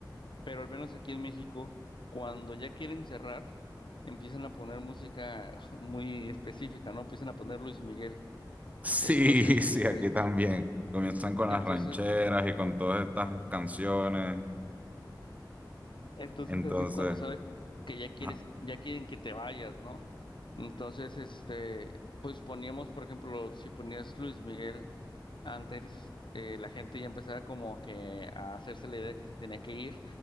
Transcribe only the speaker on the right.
Sí,
<laughs> sí, aquí también. Comienzan con
las rancheras y con todas estas canciones.
Entonces,
ajá.